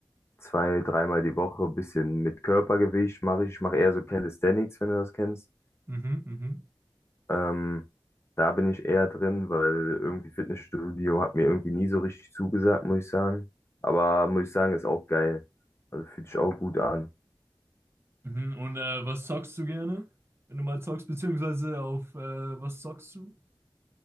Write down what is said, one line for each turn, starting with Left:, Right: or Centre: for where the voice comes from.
Left: zwei, dreimal die Woche, bisschen mit Körpergewicht mache ich. Ich mache eher so Calisthenics, wenn du das kennst.
Right: Mhm, mhm.
Left: Ähm, da bin ich eher drin, weil irgendwie Fitnessstudio hat mir irgendwie nie so richtig zugesagt, muss ich sagen. Aber muss ich sagen, ist auch geil. Also fühlt sich auch gut an.
Right: Mhm. Und äh, was zockst du gerne? Wenn du mal zockst, beziehungsweise auf äh, was zockst du?